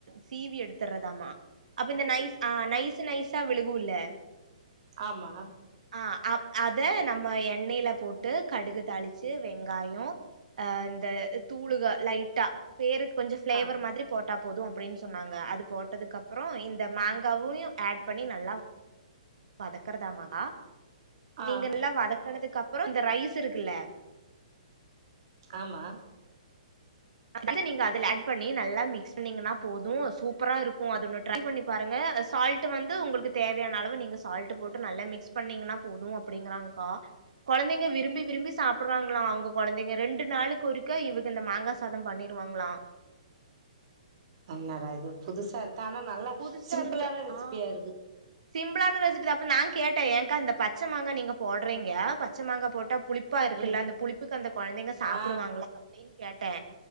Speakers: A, on the right (about 75°); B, on the right (about 50°).
A: சீவி எடுத்துறதாம்மா அப்ப இந்த நைஸ் ஆ நைஸு நைஸா விழுகுல
B: ஆமா
A: ஆ அப் அத நம்ம எண்ணெயில போட்டு கடுகு தாளிச்சு வெங்காயோ ஆ இந்த தூளுகா லைட்டா பேருக்கு கொஞ்சோ ஃபிளேவர்
B: ஆ
A: மாதிரி போட்டா போதும் அப்டின்னு சொன்னாங்க அது போட்டதுக்கு அப்புறோ இந்த மேங்காவுயு ஆட் பண்ணி நல்லா வதக்கறதாமாக்கா
B: ஆ
A: நீங்க நல்லா வதக்கனதுக்கு அப்புறோ இந்த ரைஸ் இருக்குல்ல
B: ஆமா
A: அதுல நீங்க அதுல ஆட் பண்ணி நல்லா மிக்ஸ் பண்ணீங்கன்னா போதும் சூப்பரா இருக்கு அது ஒன்னு ட்ரை பண்ணி பாருங்க ஆ சால்ட்டு வந்து உங்களுக்கு தேவையான அளவு நீங்க சால்ட்டு போட்டு நல்ல மிக்ஸ் பண்ணீங்கன்னா போது அப் அப்டிங்கறாங்க்கா கொழந்தைங்க விரும்பி விரும்பி சாப்புட்றாங்களா அவுங்க கொழந்தைங்க ரெண்டு நாளுக்கு ஒருக்க இவங்க இந்த மாங்கா சாத பண்ணிருவாங்களா
B: என்னடா இது புதுசா இருக்கு ஆனா நல்ல
A: புதுசா
B: சிம்பிளான
A: இருக்கு
B: ரெசிப்பியா
A: ஆ
B: இருக்கு
A: சிம்பிளான ரெசிப்பி தா அப்ப நா கேட்ட ஏன்கா இந்த பச்ச மாங்கா நீங்க போட்றீங்க பச்ச மாங்கா போட்டா புளிப் ப்பா இருக்குல்ல
B: ம்
A: அந்த புளிப்புக்கு அந்த கொழந்தைங்க சாப்டுவாங்களா
B: ஆ
A: அப்டின்னு கேட்டே